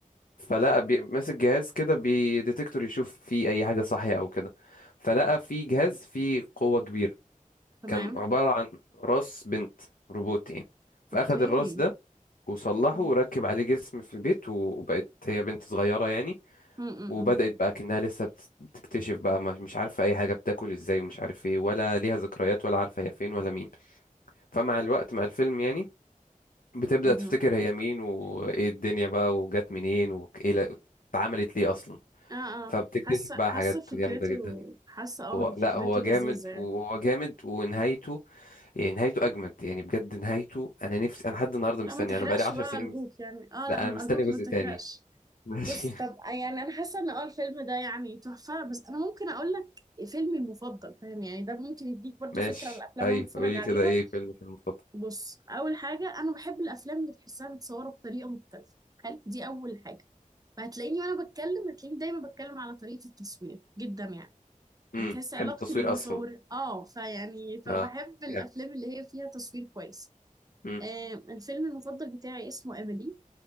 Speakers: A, on the left; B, on the right.
A: فلقى بي... ماسك جهاز كده بديتكتور يشوف فيه أي حاجة صحية أو كده فلقى فيه جهاز فيه قوة كبيرة
B: تمام
A: كان عبارة عن راس بنت روبوت يعني فأخد
B: اوكي
A: الراس ده وصلحه
B: مم.
A: وركب عليه جسم في البيت وبقت هي بنت صغيرة يعني
B: مم، مم،
A: وبدأت
B: مم.
A: بقى كأنها لسه بت- بتكتشف بقى ما- مش عارفة أي حاجة بتاكل إزاي ومش عارف إيه ولا ليها ذكريات ولا عارفة هي فين ولا مين فمع الوقت مع الفيلم يعني بتبدأ
B: مهم.
A: تفتكر هي مين وإيه الدنيا بقى وجت منين وإيه لا- اتعملت ليه أصلا
B: اه اه
A: فبتكتشف
B: حاسة
A: بقى
B: حاسة
A: حاجات
B: فكرته
A: جامدة جدا
B: حاسة اه
A: هو
B: ان فكرته
A: لا هو جامد
B: لذيذة يعني
A: وهو جامد ونهايته يعني نهايته أجمد يعني بجد نهايته أنا نفسي أنا لحد النهاردة
B: لا
A: مستني
B: ما تحرقش
A: أنا بقالي عشر
B: بقى
A: سنين
B: ارجوك
A: مست...
B: يعني اه
A: لا
B: لا ما-
A: أنا مستني
B: ارجوك
A: جزء
B: ما تحرقش
A: تاني <laughs> ماشي
B: بص طب آه، يعني انا حاسة ان اه الفيلم ده يعني تحفة بس انا ممكن اقول لك فيلمي المفضل فاهم يعني ده ممكن يديك برضو
A: ماشي
B: فكرة عن الافلام
A: أيوه
B: اللي أنا بتفرج
A: قولي
B: عليها
A: كده إيه فيلمك المفضل
B: بص اول حاجه انا بحب الافلام اللي تحسها متصوره بطريقه مختلفه حلو دي اول حاجه فهتلاقيني وانا بتكلم هتلاقيني دايما بتكلم على طريقه التصوير جدا يعني
A: امم
B: انا تحس علاقتي
A: تحب التصوير
B: بالمصور
A: اصلا
B: اه فيعني فبحب
A: اه
B: الافلام
A: جامد
B: اللي هي فيها تصوير كويس
A: امم
B: آه الفيلم المفضل بتاعي اسمه اميلي